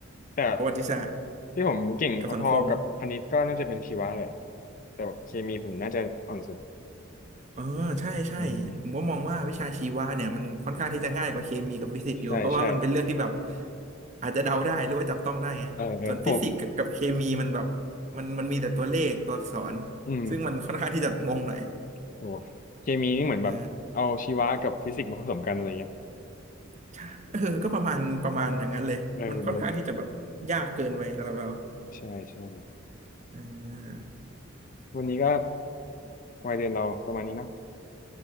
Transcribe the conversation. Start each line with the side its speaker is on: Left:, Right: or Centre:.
Left: แต่
Right: ประวัติศาสตร์
Left: ที่ผมเก่งพอๆกับคณิตก็น่าจะเป็นชีวะแหละ
Right: กับสังคม
Left: แต่แบบเคมีผมน่าจะอ่อนสุด
Right: เออใช่ใช่ผมก็มองว่าวิชาชีวะเนี่ยมันค่อนข้างที่จะง่ายกว่าเคมีกับฟิสิกส์อยู่เพราะว่ามันเป็นเรื่องที่แบบ
Left: อืมอืมใช่ใช่
Right: อาจจะเดาได้หรือว่าจับต้องได้ไงส่วนฟิสิกส์กับเคมีมันแบบ
Left: เออเออผม
Right: มันมันมีแต่ตัวเลขตัวอักษร
Left: อืม
Right: ซึ่งมันค่อนข้างที่จะงงหน่อย
Left: โอ้เคมีนี่เหมือนแบบเอาชีวะกับฟิสิกส์มาผสมกันอะไรเงี้ย
Right: เออใช่เออก็ประมาณประมาณอย่างนั้นเลยมันค่อนข้างที่จะแบบยากเกินไปสำหรับเรา
Left: เออเออใช่ใช่
Right: เออ
Left: วันนี้ก็วัยเรียนเราประมาณนี้เนาะ